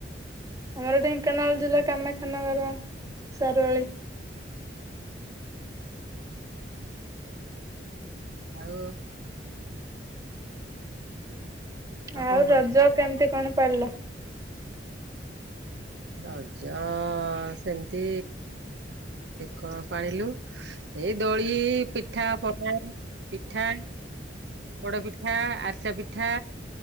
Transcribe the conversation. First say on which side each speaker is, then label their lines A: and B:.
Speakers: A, on the right; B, on the right.
A: ମୋର ଦେମ କାନାଳ ଜିଲ୍ଲଲା
B: ଆଉ
A: କାମାଖାନାାଗର । ସାରୁଆଳି
B: ଆଉ।
A: ଆଉ
B: କଣ
A: ରଜ
B: କରୁଛ?
A: କେମ୍ତି କଣ ପାଳିଲ?
B: ରଜ ସେମତି କଣ ପାଳିଲୁ ଏ ଦଳୀ ହେଇ ଏଇ ପିଠା ପଣା ପିଠା ପୋଡ ପି ପିଠା ଆରିସା ପିଠା